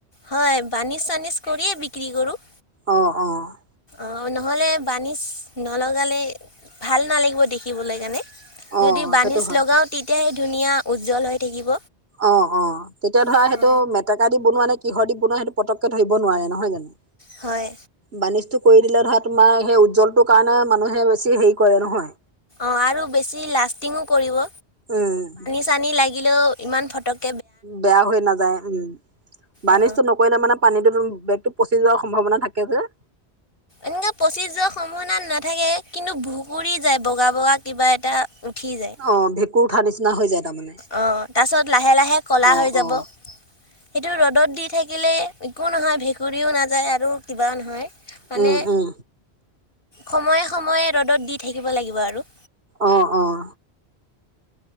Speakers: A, on the left (about 60°); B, on the right (about 70°).
A: হয় বানিছ-চানিজ কৰিয়ে বিক্ৰী কৰোঁ।
B: অঁ অঁ।
A: অঁ নহ'লে বানিছ নলগালে ভাল নালাগিব দেখিবলৈ কাণে।
B: অ
A: যদি বানিছ
B: সেইটো হয়
A: লগাও তেতিয়াহে ধুনীয়া, উজ্জ্বল হৈ থাকিব।
B: অঁ অঁ, তেতিয়া ধৰা
A: অঁ
B: সেইটো মেট- টেকা দি বনোৱা নে কিহ দি বনোৱা সেইটো পটককে ধৰি নোৱাৰে নহয় জানো?
A: হয়।
B: বাৰ্নিজটো কৰি দিলে ধৰা তোমাৰ সেই উজ্জ্বলটোৰ কাৰণে মানুহে বেছি হেৰি কৰে নহয়।
A: অঁ আৰু বেছি লাষ্টিঙো কৰিব।
B: উম্
A: পানী লাগিলেও ইমান ফটক-
B: বেয়া হৈ নাযায় উম, বাৰ্নিজটো
A: অ
B: নক- পৰিলে মানে পানীটোতো বেগটো পচি যোৱাৰ সম্ভাৱনা থাকে যে।
A: এনকে পচি যোৱাৰ সম্ভাৱনা নাথাকে কিন্তু ভুগূৰি যায় বগা বগা কিবা এটা উঠি যায়।
B: অঁ ভেঁকুৰ উঠা নিচিনা হৈ যায়। তাৰমানে
A: অঁ তাৰছত লাহে লাহে ক'লা
B: অ
A: হৈ যাব,
B: অ।
A: সেইটো ৰ'দত দি থাকিলে একো নহয় ভেঁকুৰীও নাযায় আৰু কিবাও নহয় মানে।
B: উম উম
A: সময়ে সময়ে ৰ'দত দি থাকিব লাগিব আৰু।
B: অঁ অঁ।